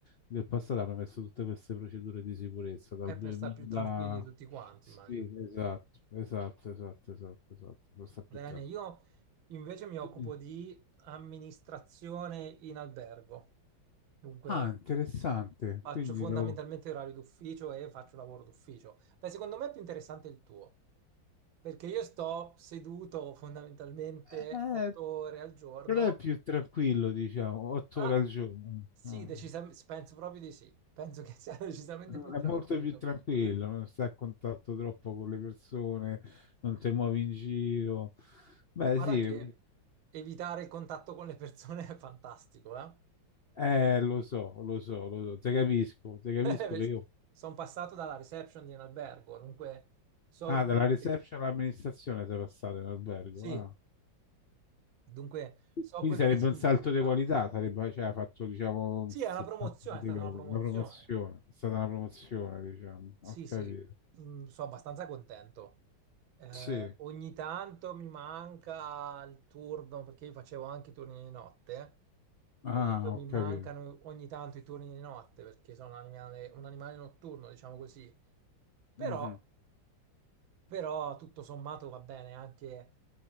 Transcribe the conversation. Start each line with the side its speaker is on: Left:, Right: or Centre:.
Left: del passato hanno messo tutte queste procedure di sicurezza dal
Right: è per
Left: 2000...
Right: stare più tranquilli tutti quanti,
Left: Sì,
Right: immagino.
Left: esatto, esatto, esatto, esatto, esatto, per stare
Right: Bene,
Left: più tranquillo.
Right: io invece mi occupo
Left: Quindi-
Right: di amministrazione in albergo, dunque
Left: Ah, interessante.
Right: faccio
Left: Quindi,
Right: fondamentalmente
Left: la-
Right: orari d'ufficio e faccio lavoro d'ufficio. Beh, secondo me è più interessante il tuo. Perché io sto seduto fondamentalmente
Left: eh,
Right: otto ore al giorno
Left: Però è più tranquillo, diciamo, otto
Right: Ah,
Left: ore al giorno.
Right: sì,
Left: Ah.
Right: decisamente, penso proprio di sì. Penso che sia <laughs> decisamente
Left: È
Right: più tranquillo.
Left: molto più tranquillo, non stai a contatto troppo con le persone, non ti muovi in giro. Beh,
Right: Ma guarda
Left: sì,
Right: che evitare il contatto con le persone è fantastico, eh?
Left: eh, lo so, lo so, lo so, te capisco, te capisco
Right: <laughs>
Left: che io...
Right: Sono passato dalla reception di un albergo, dunque so
Left: Ah,
Right: quello
Left: dalla reception
Right: che...
Left: all'amministrazione sei passato in albergo.
Right: Sì,
Left: Ah.
Right: dunque so
Left: Quindi
Right: quello
Left: sarebbe
Right: che significa.
Left: un salto di qualità, sarebbe, cioè, hai fatto, diciamo,
Right: Sì,
Left: un salto
Right: è una promozione,
Left: di livello,
Right: è stata una promozione.
Left: una promozione, è stata una promozione, diciamo,
Right: Sì,
Left: ho capito.
Right: sì, mm, sono abbastanza contento. Eh,
Left: Sì,
Right: ogni tanto mi manca il turno perché io facevo anche i turni di notte
Left: ah,
Right: e dunque mi
Left: ho
Right: mancano
Left: capito.
Right: ogni tanto i turni di notte perché sono un animale, un animale notturno, diciamo così. Però,
Left: Mhm.
Right: però tutto sommato va bene anche,